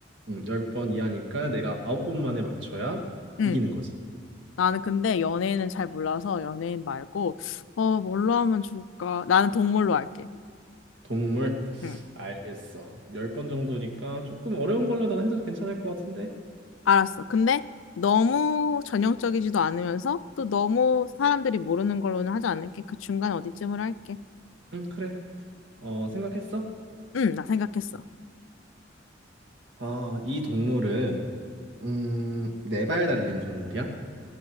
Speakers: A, on the right; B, on the left.
A: 음, 10번 이하니까 내가 9번 만에 맞춰야
B: 응.
A: 이기는 거지.
B: 나는 근데 연예인은 잘 몰라서 연예인 말고 어 뭘로 하면 좋을까? 나는 동물로 할게.
A: 동물,
B: 응.
A: 알겠어. 10번 정도니까 조금 어려운 걸로 난 해도 괜찮을 것 같은데?
B: 알았어. 근데 너무 전형적이지도 않으면서 또 너무 사람들이 모르는 걸로는 하지 않을게. 그 중간 어디쯤으로 할게.
A: 응, 그래. 어, 생각했어?
B: 응, 나 생각했어.
A: 아, 이 동물은 음, 네 발 달린 동물이야?